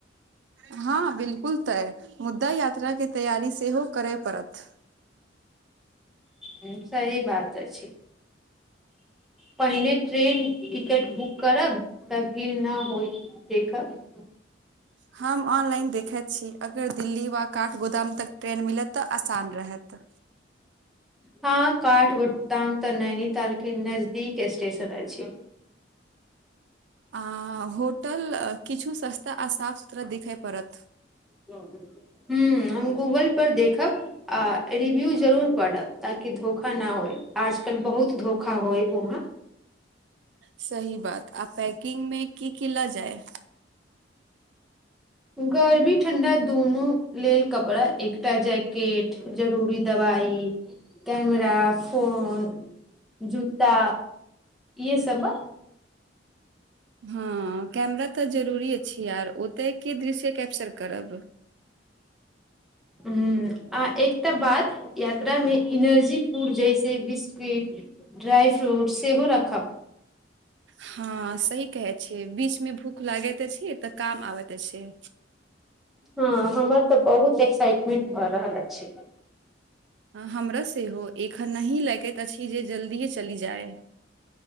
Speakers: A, on the right; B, in the centre.
A: हँ हँ बिल्कुल तयऽ मुद्दा यात्रा के तैयारी सेहो करै पड़त
B: हूँ सही बात अछी पहिने ट्रेन टिकट बुक करब तऽ भीड़ न होइ ठ ह <unintelligible>
A: हम ऑनलाइन देखैत छी अगर दिल्ली वा काठ गोदाम तक ट्रेन मिलत तऽ आसान रेहत
B: हँ काठ गोडाम तऽ नैनीताल के नजदीक स्टेशन अछि
A: अ होटल किछु सस्ता आ साफ सुथरा दिखय पड़त
B: हूँ हम गूगल पर देखब आ रिव्यू जरूर पड़ब ताकि धोखा ना होय आजकल बहुत धोखा होयब वहाँ
A: सही बात आ पैकिंग मे की की ल जाय
B: गर्बी ठण्डा दूनू लेल कपड़ा एकटा जैकेट जरूरी दवाई कैमरा फोन जू्ता इए सब ब
A: हँ कैमरा तऽ जरुरी छी आर ओतै की दृश्य कैप्चर करब <inaudible>
B: हूँ आ एकटा बाद यात्रा मे एनर्जी फूड जैसे बिस्किट ड्राई फ्रूट् सेहो रखब
A: हँ सही कहै छी बीच मे भूख लागैत छी तऽ काम आबैत छै
B: हँ हमर तऽ बहुत एक्साइटमेंट भऽ रहल अछि
A: हमरा सेहो एखन नाहि लगैत अछि जे जल्दिए चली जाय